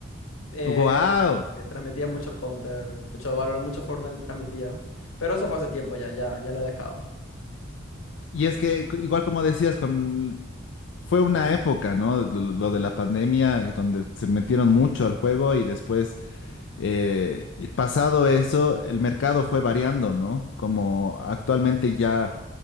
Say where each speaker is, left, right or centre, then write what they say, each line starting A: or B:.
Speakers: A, on the left; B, on the left.
A: Eh,
B: ¡Wow!
A: eh, transmitía mucho Counter, mucho Valorant, mucho Fortnite transmitía. Pero eso fue hace tiempo ya, ya, ya lo he dejado.
B: Y es que, cu- igual como decías, con... fue una época, ¿no? Lo, lo de la pandemia, eh, donde se metieron mucho al juego y después Eh, y pasado eso, el mercado fue variando, ¿no? Como actualmente ya